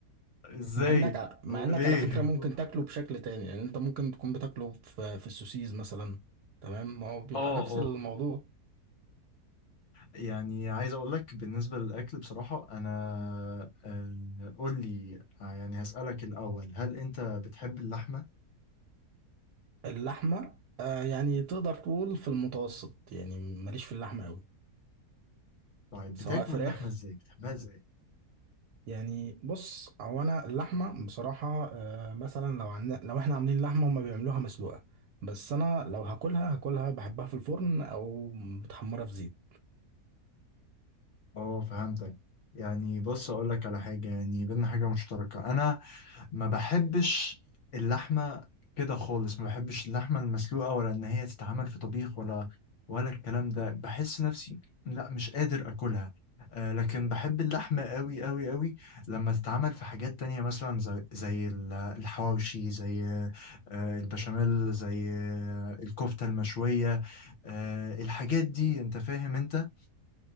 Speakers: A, on the left; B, on the right.
A: <laughs> إزاي؟
B: مع انك ع- مع
A: وليه؟
B: انك على فكرة ممكن
A: اه
B: تاكله بشكل تاني يعني انت ممكن تكون بتاكله في في السوسيز مثلا تمام ما هو بيبقى
A: اه
B: نفس الموضوع
A: آه. يعني عايز اقول لك بالنسبه للاكل بصراحه انا آه، قول لي آه، يعني هسالك الاول هل انت بتحب اللحمه
B: اللحمة آه يعني تقدر تقول في المتوسط يعني ماليش في اللحمة قوي
A: طيب
B: سواء
A: بتاكل
B: فراخ
A: اللحمه ازاي بتحبها ازاي
B: يعني بص هو انا اللحمه بصراحه آه، مثلا لو عن... لو احنا عاملين لحمه هما بيعملوها مسلوقه بس انا لو هاكلها هاكلها بحبها في الفرن او متحمره في زيت
A: اه فهمتك يعني بص اقول لك على حاجه يعني بينا حاجه مشتركه انا ما بحبش اللحمه كده خالص ما بحبش اللحمه المسلوقه ولا ان هي تتعمل في طبيخ ولا ولا الكلام ده بحس نفسي لا مش قادر اكلها آه لكن بحب اللحمه قوي قوي قوي لما تتعمل في حاجات تانية مثلا زي, زي ال- الحواوشي زي آه البشاميل زي آه الكفته المشويه آه الحاجات دي انت فاهم انت